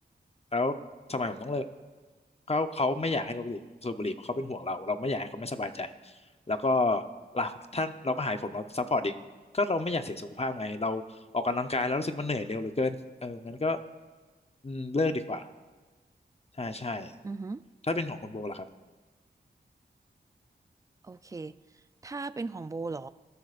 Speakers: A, on the left; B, on the right.
A: แล้ว ทำไมผมต้องเลิกเขาเขาไม่อยากให้เราสูบบุหรี่เพราะเขาเป็นห่วงเราเราไม่อยากให้เขาไม่สบายใจแล้วก็เราท่านเราก็หายผมเราซัพพอร์ตอีกก็เราไม่อยากเสียสุขภาพไงเราออกกำลังกายแล้วรู้สึกมันเหนื่อยเร็วเหลือเกินเอองั้นก็อืมเลิกดีกว่าใช่ใช่
B: อือฮึ
A: ถ้าเป็นของคุณโบล่ะครับ
B: โอเค ถ้าเป็นของโบเหรอ